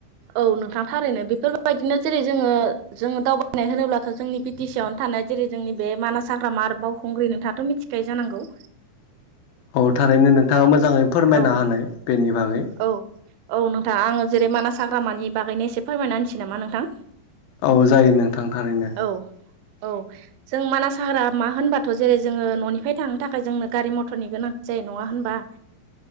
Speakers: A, on the right (about 80°); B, on the left (about 75°).
A: औ नोंथां थारैनो बेफोर बायदिनो जेरै जोङो जोङो दावबायनाय होनोब्लाथ' जोंनि बि टि सि आवनो थानाय जेरै जोंनि बे मानास साग्रा मार बावखुंग्रि नोंथाङाथ' मिथिखायो जानांगौ।
B: औ थारैनो नोंथाङा मोजाङै फोरमायना
A: औ
B: होनाय बेनि बागै।
A: औ औ नोंथां आङो जेरै मानास हाग्रामानि बागैनो एसे फोरमायना होनसै नामा नोंथां।
B: औ जायो नोंथां थारैनो।
A: औ औ जों मानास हाग्रा मा होनबाथ' जेरै जोङो न'निफ्राय थांनो थाखाय जोंनो गारि मथरनि गोनां जायो नङा होमबा?